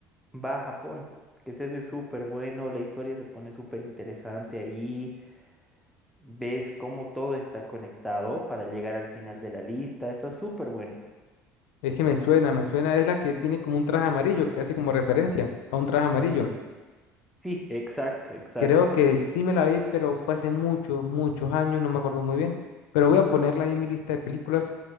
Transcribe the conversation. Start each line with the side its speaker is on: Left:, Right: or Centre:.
Centre: va a Japón, que se hace súper bueno, la historia se pone súper interesante ahí. Ves cómo todo está conectado para llegar al final de la lista. Está súper buena.
Left: Es que me suena, me suena, es la que tiene como un traje amarillo, que hace como referencia a un traje amarillo.
Centre: Sí, exacto, exacto.
Left: Creo que
Centre: eh.
Left: sí me la vi, pero fue hace muchos, muchos años, no me acuerdo muy bien. Pero voy a ponerla ahí en mi lista de películas